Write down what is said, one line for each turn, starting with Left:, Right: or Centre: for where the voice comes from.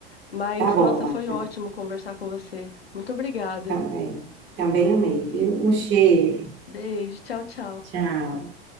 Left: Mas,
Right: Tá bom,
Left: nossa,
Right: Mário.
Left: foi ótimo conversar com você. Muito obrigada.
Right: Também. Também amei, viu? Um cheiro.
Left: Beijo, tchau, tchau.
Right: Tchau.